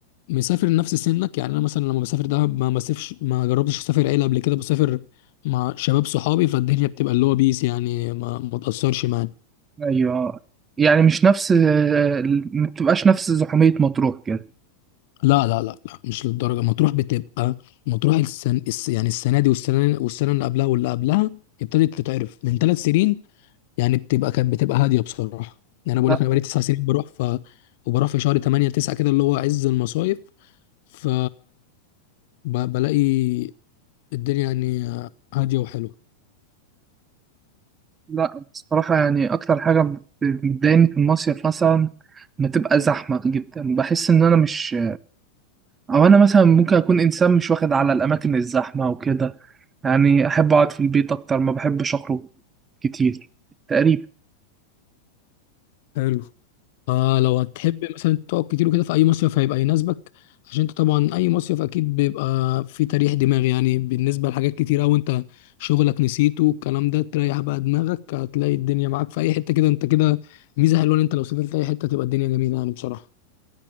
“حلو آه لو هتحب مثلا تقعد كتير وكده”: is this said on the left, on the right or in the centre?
Left